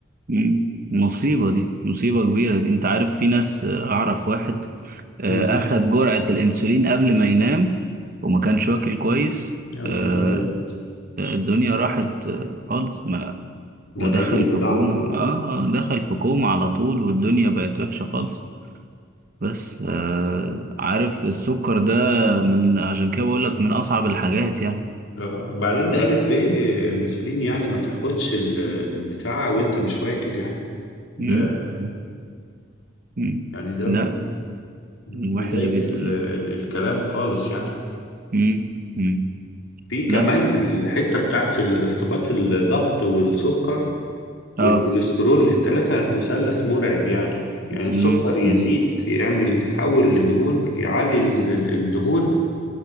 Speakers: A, on the right; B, on the left.
A: مم. مصيبه دي مصيبه كبيره دي انت عارف في ناس آه، اعرف واحد آه،
B: مم.
A: اخد جرعه الانسولين قبل ما ينام وما كانش واكل كويس
B: يا نهار
A: آه،
B: أبيض
A: الدنيا راحت آه، خالص ما
B: ده
A: ودخل
B: غيبوبة
A: في
B: ده
A: كوم
B: على طول
A: اه آه، دخل في كوم على طول والدنيا بقت وحشة خالص بس آه عارف السكر ده من عشان كده بقول لك من أصعب الحاجات يعني
B: آه، بعدين
A: مم،
B: ده ألف ب الأنسولين يعني ما تاخدش ال- البتاع وأنت مش واكل يعني ده
A: مم، مم. مم.
B: يعني ده
A: لا
B: م- بداية
A: وحش جدا
B: ال ال الكلام خالص يعني
A: مم، مم.
B: في كمان
A: لا
B: الحتة بتاعت ارتباط الضغط والسكر والكوليسترول
A: اه آه،
B: التلاتة مثلث مرعب يعني يعني
A: مم،
B: السكر يزيد
A: مم.
B: يعمل يتحول لدهون يعلي ال- ال- الدهون